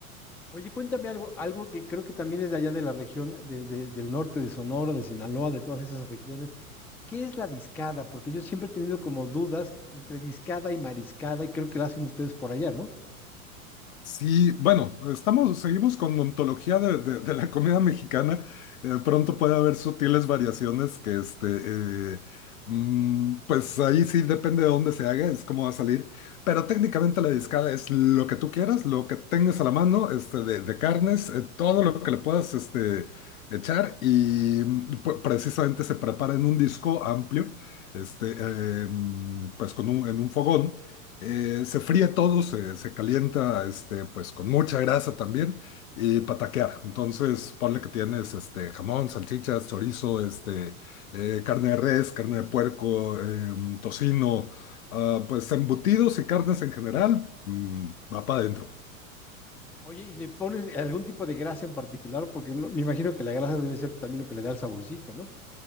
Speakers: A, in the centre; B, on the left.
A: Oye, cuéntame algo, algo que creo que también es de allá de la región de- de- del norte de Sonora, de Sinaloa, de todas esas regiones. ¿Qué es la discada? Porque yo siempre he tenido como dudas entre discada y mariscada y creo que la hacen ustedes por allá, ¿no?
B: Sí, bueno, estamos, seguimos con ontología de, de- de la comida mexicana. Eh, pronto puede haber sutiles variaciones que, este, eh, mm, pues ahí sí depende de dónde se haga, es cómo va a salir. Pero técnicamente la discada es lo que tú quieras, lo que tengas a la mano, este, de, de carnes, eh, todo lo que le puedas, este, echar y mm, pu- precisamente se prepara en un disco amplio, este, eh, mm, pues con un, en un fogón. Eh, se fríe todo, se, se calienta este, pues con mucha grasa también y pataquear. Entonces, ponle que tienes este, jamón, salchichas, chorizo, este, eh, carne de res, carne de puerco, em, tocino, ah, pues embutidos y carnes en general, mm, va para adentro.
A: Oye, ¿y le pones algún tipo de grasa en particular? Porque no- me imagino que la grasa debe ser también lo que le da el saborcito, ¿no?